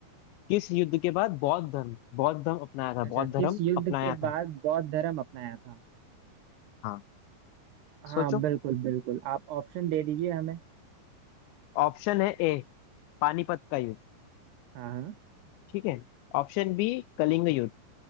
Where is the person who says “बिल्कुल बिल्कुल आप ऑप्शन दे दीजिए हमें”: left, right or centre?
Right